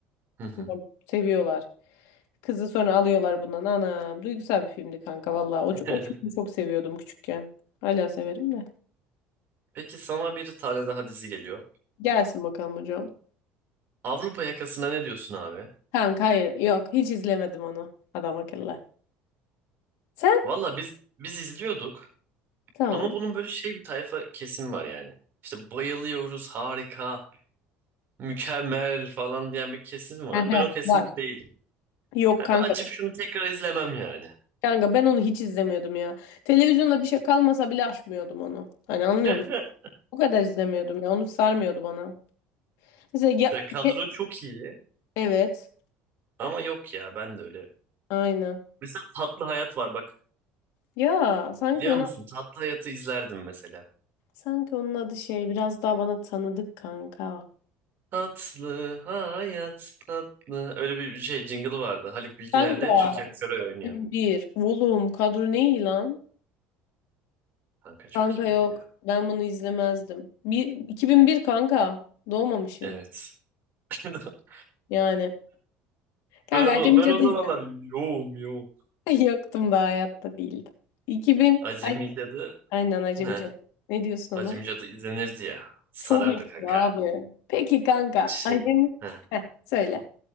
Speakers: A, on the right (about 45°); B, on the left (about 75°).
A: Hı hı.
B: Bunu Seviyorlar. Kızı sonra alıyorlar bundan. Anam duygusal bir filmdi kanka valla. O,
A: <laughs>
B: ç- o filmi çok seviyordum küçükken. Hala severim de.
A: Peki sana bir tane daha dizi geliyor.
B: Gelsin bakalım hocam.
A: Avrupa Yakası'na ne diyorsun abi?
B: Kanka hayır. Yok hiç izlemedim onu. Adam akıllı. Sen?
A: Valla biz biz izliyorduk
B: Tamam.
A: ama bunun böyle şey bir tayfa kesim var yani. İşte bayılıyoruz, harika, mükemmel falan diyen bir kesim var.
B: Ehe,
A: Ben o kesimde
B: var.
A: değilim.
B: Yok
A: Yani
B: kanka.
A: ben açıp şunu tekrar izlemem yani.
B: Kanka ben onu hiç izlemiyordum ya. Televizyonda bir şey kalmasa bile açmıyordum onu. Hani anlıyor
A: <laughs>
B: musun? O kadar izlemiyordum ya. Onu sarmıyordu bana. Mesela ya...
A: Ya kadro
B: ya-
A: çok iyi
B: Evet.
A: ama yok ya ben de öyle.
B: Aynen.
A: Mesela Tatlı Hayat var bak.
B: Ya sanki
A: Biliyor
B: ona
A: musun? Tatlı Hayat'ı izlerdim mesela.
B: sanki onun adı şey biraz daha bana tanıdık kanka.
A: Tatlı hayat tatlı. Öyle bir şey jingle'ı vardı. Haluk Bilginer'le
B: Kanka.
A: Türkan Şoray oynuyor.
B: Bir. Oğlum kadro ne iyi lan?
A: Kanka çok
B: Kanka
A: iyiydi
B: yok.
A: ya.
B: Ben bunu izlemezdim. Bir, 2001 kanka. Doğmamışım.
A: Evet. <laughs>
B: Yani. Kanka
A: Ben,
B: Acemi
A: o- ben
B: Cadı
A: o zamanlar
B: izle.
A: yoğum yoğum.
B: <laughs> Yoktum da hayatta değildim. 2000.
A: Acemi
B: Ay,
A: Cadı.
B: aynen Acemi
A: Heh,
B: Cadı. Ne diyorsun
A: Acemi
B: ona?
A: Cadı izlenirdi ya. Sarardı
B: Çok iyi
A: kanka.
B: abi. Peki kanka.
A: Şey.
B: Acemi.
A: Heh,
B: Heh, söyle.